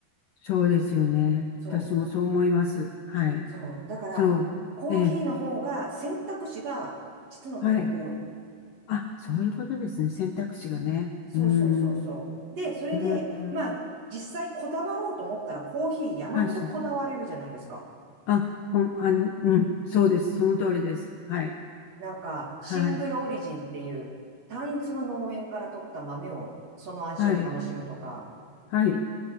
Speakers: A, on the left; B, on the right.
A: そうですよね。
B: そう。
A: 私もそう思います。はい。
B: そう。だから、
A: そう。
B: コーヒーの方が選択肢が実のとこ多い。
A: ええ、はい。あ、そういうことですね。選択肢がね。
B: そうそうそうそうそう。
A: うーん、
B: で、それで、
A: うーん、
B: まあ、実際こだわろうと思ったらコーヒー山ほどこだわれるじゃないですか。
A: はい。しあ、ほん、あ、うん、そうです。その通りです。はい。
B: なんか、シングルオリジンっていう、
A: はい。
B: 単一の農園から取った豆を、その味を楽しむとか、
A: はい。はい。